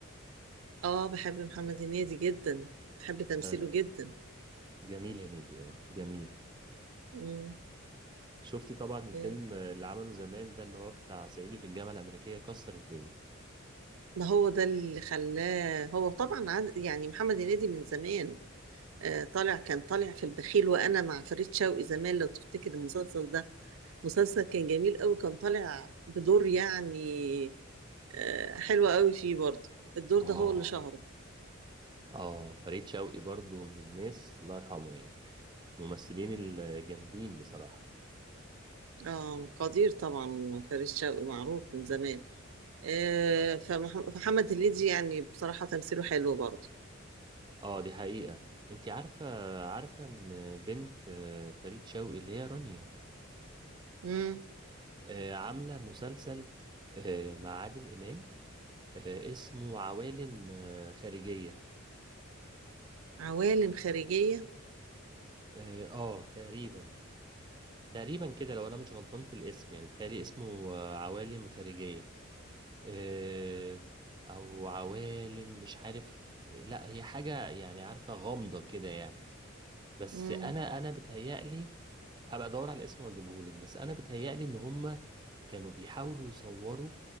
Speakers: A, on the right (about 80°); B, on the right (about 20°).
A: اه بحب محمد هنيدي جدا بحب تمثيله
B: آه
A: جدا
B: جميل هنيدي اه جميل
A: مم.
B: شفتي طبعا الفيلم
A: آه،
B: اللي عمله زمان ده اللي هو بتاع صعيدي في الجامعة الأمريكية كسر الدنيا
A: ده هو ده اللي خلاه هو طبعا عاد يعني محمد هنيدي من زمان آه، طالع كان طالع في البخيل وانا مع فريد شوقي زمان لو تفتكر المسلسل ده مسلسل كان جميل قوي كان طالع بدور يعني آه، حلو قوي فيه برضه الدور
B: اه
A: ده هو اللي شهره
B: اه فريد شوقي برضو من الناس الله يرحمه يعني ممثلين الجامدين بصراحة
A: اه قدير طبعا فريد شوقي معروف من زمان آه، فمح- فمحمد هنيدي يعني بصراحة تمثيله حلو برضه
B: اه دي حقيقة انتي عارفة عارفة ان بنت آه، فريد شوقي اللي هي رانيا
A: امم
B: آه، عاملة مسلسل آه، مع عادل إمام آه، اسمه عوالم آه، خارجية
A: عوالم خارجية
B: اه آه، تقريبا تقريبا كده لو انا مش غلطان في الاسم يعني بيتهيألي اسمه آه، عوالم خارجية آه، او عوالم مش عارف لا هي حاجة يعني عارفة غامضة كده يعني بس
A: امم
B: انا انا بتهيألي هبقى ادور على الاسم واجيبه لك بس انا بتهيألي ان هما كانوا بيحاولوا يصوروا